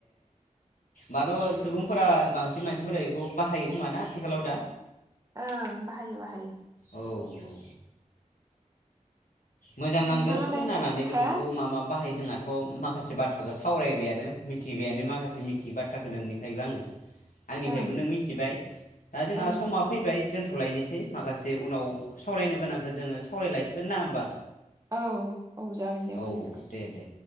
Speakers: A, on the left; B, on the right.
A: हाथ' सुबुंफोरा बांसिन मानसिफोरा इखौ बाहायो खोमा ना आथिखालाव दा
B: ओं बाहायो बाहायो
A: औ औ मोजां
B: नोंथाङालाय
A: नांदो खोनानानै बेफोरखौ
B: हो
A: मा मा बाहायो जोंहाथ' माखासे बाथ्राखौ सावरायबायानो मिथिबायानो माखासे मिथिययो बाथ्राखौ नोंनिफ्रायबो आङो आंनिफ्रायबो
B: ओं
A: नों मिथिबाय दा जोंहा
B: ओं
A: समा फैबाय दोनथ' थ'लायनोसै माखासे उनाव सावरायनो गोनांखौ जोङो सावरायलायसिगोन ना होमबा।
B: औ औ जागोन दे होमबा
A: औ
B: नोंथां
A: दे दे